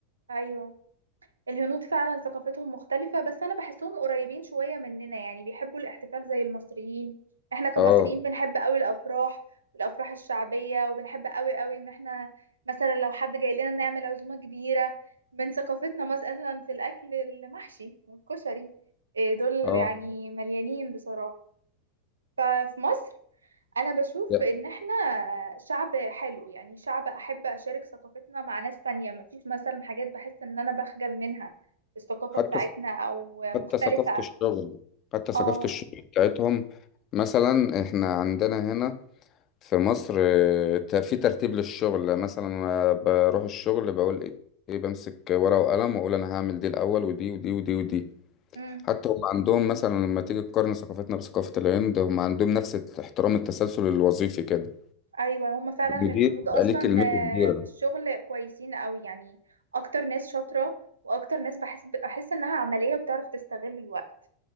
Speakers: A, on the right; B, on the left.
A: أيوة الهنود فعلا ثقافتهم مختلفة بس أنا بحسهم قريبين شوية مننا يعني بيحبوا الاحتفال زي المصريين احنا كمصريين
B: اه
A: بنحب قوي الأفراح والأفراح الشعبية وبنحب قوي قوي إن احنا مثلا لو حد جاي لنا نعمل عزومة كبيرة من ثقافتنا مثلا في الأكل المحشي والكشري إيه، دول
B: اه
A: يعني مليانين بصراحة ففي مصر انا بشوف
B: لا،
A: ان احنا شعب حلو يعني شعب احب اشارك ثقافتنا مع ناس تانية مفيش مثلا حاجات بحس ان انا بخجل منها في الثقافة
B: حتى
A: بتاعتنا او مختلفة
B: حتى ثقافة الشغل حتى ثقافة
A: اه
B: الشغل بتاعتهم مثلا احنا عندنا هنا في مصر اه، ت- في ترتيب للشغل مثلا أنا بروح الشغل بقول ايه إيه، بمسك ورقة وقلم واقول انا هعمل دي الاول ودي ودي ودي ودي
A: امم
B: حتى هم عندهم مثلا لما تيجي تقارن ثقافتنا بثقافة الهند هم عندهم نفس احترام التسلسل الوظيفي كده
A: ايوه هما فعلا
B: المدير
A: الهنود
B: بيبقى
A: اصلا
B: ليه كلمته كبيرة
A: آه، في الشغل كويسين قوي يعني اكتر ناس شاطرة واكتر ناس بحس بحس انها عملية وبتعرف تستغل الوقت